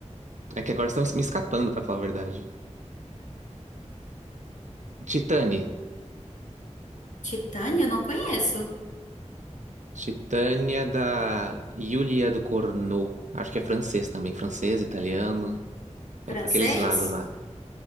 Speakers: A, on the right; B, on the left.
A: É que agora estão me escapando, pra falar a verdade. Titane.
B: Titânia, eu não conheço.
A: Titânia da Yulia do Corneau. Acho que é francês também. Francês, italiano.
B: Francês?
A: É pra aqueles lados lá.